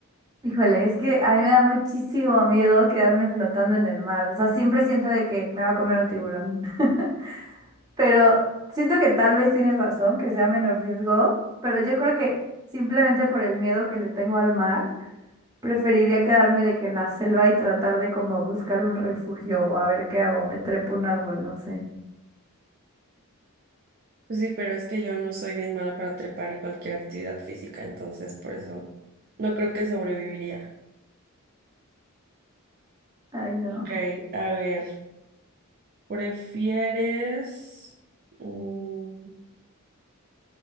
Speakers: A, on the right (about 15°); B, on the right (about 40°).
A: Híjole, es que a mí me da muchísimo miedo quedarme flotando en el mar. O sea, siempre siento de que me va a comer un tiburón. <laughs> Pero siento que tal vez tienes razón, que sea menos riesgo, pero yo creo que simplemente por el miedo que le tengo al mar, preferiría quedarme de que en la selva y tratar de como buscar un refugio o a ver qué hago, me trepo un árbol, no sé.
B: Pues sí, pero es que yo no soy bien mala para trepar y cualquier actividad física, entonces por eso no creo que sobreviviría.
A: Ay, no,
B: Ok, a ver, ¿prefieres... mm,